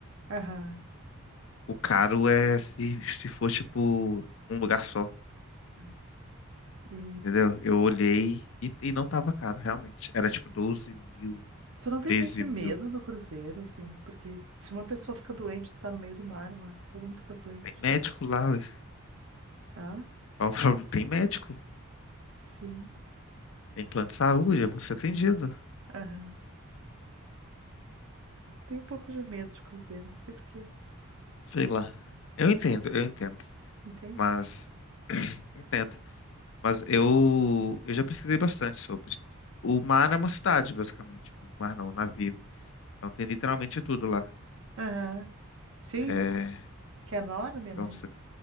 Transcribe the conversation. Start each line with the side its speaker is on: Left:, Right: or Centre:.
Right: Aham.
Left: O caro é se, se for tipo um lugar só,
Right: É. E
Left: entendeu? Eu olhei e, e não tava caro, realmente. Era tipo 12 mil,
Right: tu não tem
Left: treze
Right: meio que medo
Left: mil.
Right: do cruzeiro, assim? Porque se uma pessoa fica doente, tu tá no meio do mar lá, todo mundo fica doente.
Left: Tem médico lá, ué.
Right: Ah,
Left: Qual o problema? Tem médico,
Right: sim.
Left: tem plano de saúde, você atendido.
Right: Aham. Tenho um pouco de medo de cruzeiro, não sei por quê.
Left: Sei lá. Eu entendo, eu entendo.
Right: Entende?
Left: Mas <clears throat> entendo. Mas eu, eu já pesquisei bastante sobre. O mar é uma cidade, basicamente. O mar não, o navio. Então tem literalmente tudo lá.
Right: Aham. Sim,
Left: É,
Right: que é enorme, né?
Left: então, se-